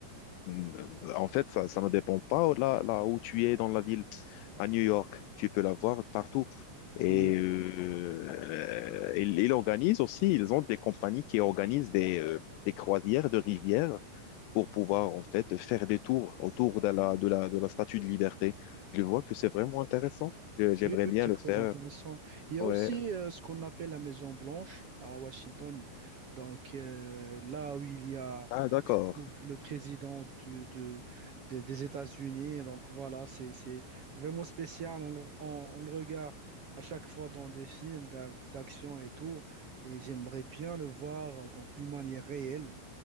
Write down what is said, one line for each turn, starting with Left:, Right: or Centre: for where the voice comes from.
Left: euh, en fait, ça, ça ne dépend pas là, là où tu es dans la ville à New York, tu peux la voir partout. Et
Right: Oui.
Left: euh, ils, ils organisent aussi, ils ont des compagnies qui organisent des, euh, des croisières de rivières pour pouvoir en fait faire des tours autour de la, de la, de la Statue de Liberté. Je vois que c'est vraiment intéressant. Euh, J'aimerais
Right: Oui, oui,
Left: bien
Right: c'est
Left: le
Right: très
Left: faire.
Right: intéressant. Il y
Left: Ouais.
Right: a aussi euh, ce qu'on appelle la Maison Blanche à Washington. Donc euh, là où il y a,
Left: Ah, d'accord.
Right: je trouve, le président du- de, des des États-Unis. Donc voilà, c'est, c'est, c'est vraiment spécial. On, le on- on le regarde à chaque fois dans des films d'a- d'action et tout. Et j'aimerais bien le voir euh, donc d'une manière réelle.